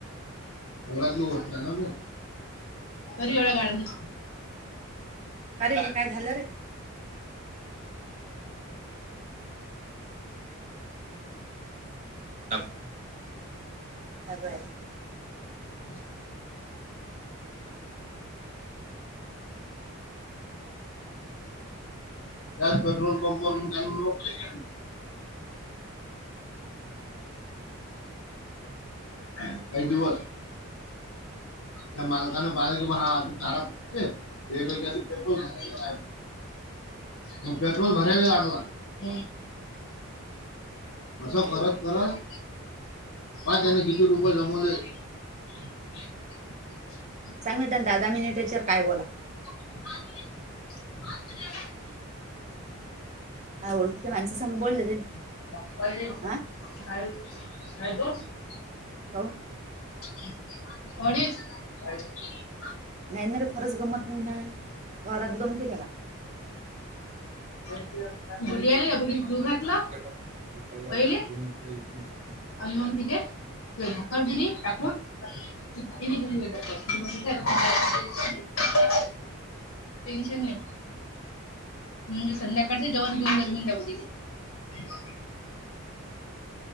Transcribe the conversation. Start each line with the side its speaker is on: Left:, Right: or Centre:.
Left: घरातली गोष्ट आहे ना.. तरी एवढं गाडया
Right: अरे काय झालं रे <inaudible> <inaudible> <inaudible>
Left: <inaudible> <inaudible> त्यात पेट्रोल पंपवरून त्यांन नोकली केली. काही दिवस. त्या मालकान बाहेर गाडया <unintelligible> खराब म पेट्रोल भरायला लागला.
Right: शिंगाले.
Left: असं करत करत पाय त्यान किती रुपये जमवले. <inaudible> <unintelligible>
Right: सांग म त्यां दध मिनिटेर काय बोला
Left: <inaudible>
Right: ओळखीच्या माणस सांग बोललं ते
Left: <inaudible>
Right: हा हो
Left: <inaudible>
Right: नाही ना रे खरंच गमत नाही ना घरात गमतील त्याला
Left: बुढी आली गुढीन जू घातला
Right: का पडला
Left: पहिले
Right: <unintelligible>
Left: <inaudible> <unintelligible> <inaudible> टेन्शन नाही म्हणजे संध्याकाळचं जेवण घन गल म त्यावर